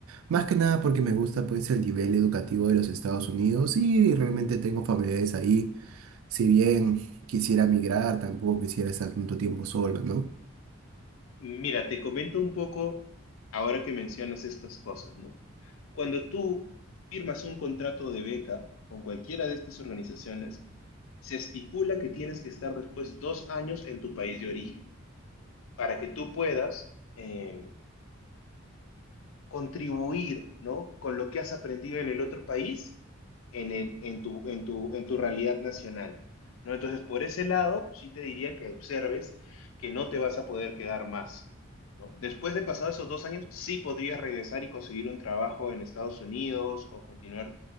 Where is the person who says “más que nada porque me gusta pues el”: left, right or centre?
Right